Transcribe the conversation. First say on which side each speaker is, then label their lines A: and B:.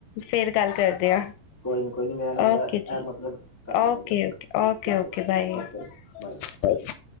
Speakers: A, on the left; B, on the left.
A: ਫੇਰ ਗੱਲ ਕਰਦੇ ਆਂ।
B: ਕੋਈ ਨੀ ਕੋਈ ਨੀ ਮੇਰਾ ਨੰਬਰ
A: ਓਕੇ ਜੀ,
B: ਇਹ ਮਤਲਬ ਕਰ
A: ਓਕੇ-ਓਕੇ,
B: ਲੈਣਾ ਕੋਈ ਨੀ
A: ਓਕੇ-ਓਕੇ
B: ਠੀਕ ਹੈ
A: ਬਾਏ।
B: Okay bye
A: <unintelligible>